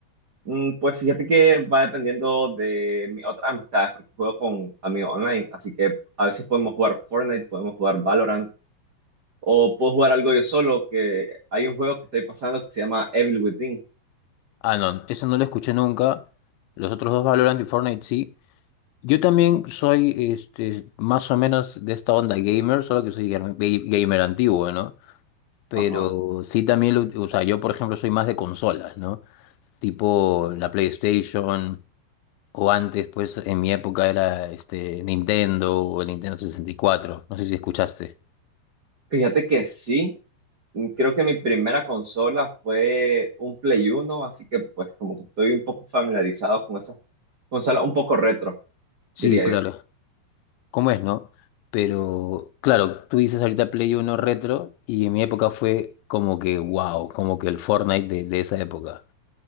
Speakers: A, on the right; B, on the left.
A: Mm, Pues fíjate que va dependiendo de mis otras amistades, porque juego con amigos online, así que a veces podemos jugar Fortnite, podemos jugar Valorant, o puedo jugar algo yo solo, que hay un juego que estoy pasando que se llama Evil Within.
B: Ah, no, eso no lo escuché nunca. Los otros dos Valorant y Fortnite sí. Yo también soy este, más o menos de esta onda gamer, solo que soy gar- ga- gamer antiguo, ¿no? Pero
A: Ajá.
B: sí también, lo, o sea, yo por ejemplo soy más de consolas, ¿no? Tipo la PlayStation, o antes, pues en mi época era este, Nintendo o el Nintendo 64. No sé si escuchaste.
A: Fíjate que sí, mm, creo que mi primera consola fue un Play Uno, así que pues como que estoy un poco familiarizado con esas consolas un poco retro,
B: Sí,
A: diría
B: claro.
A: yo.
B: cómo es, ¿no? Pero claro, tú dices ahorita Play Uno retro y en mi época fue como que wow, como que el Fortnite de, de esa época.